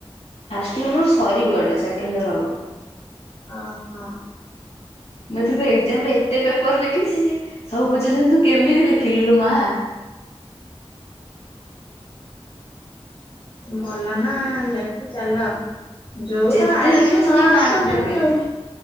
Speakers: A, on the left; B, on the left.
A: ଫାଷ୍ଟଇଅର ମୋର ସରିବ ଏଇଟା ସେକେଣ୍ଡଇୟର ହବ।
B: ଓ ହୋ।
A: ମୁଁ ଏଥର ଏକ୍ଜାମରେ ଏତେ ପେପର୍ ଲେଖିଚି ଯେ। ସବୁ ପଚାରୁଛନ୍ତି ତୁ କେମିତି ଲେଖିଲୁୁ ଲୋ ମା?
B: ଭଲ ନା ଲେଖି ଚାଲ। ଯୋଉଟା
A: ଯେତେ
B: ଆସୁ
A: ଲେଖିଲେ
B: ନ
A: ସେମାନେ
B: ଆସୁ
A: ମାର୍କ
B: କିନ୍ତୁ
A: ଦେବେ।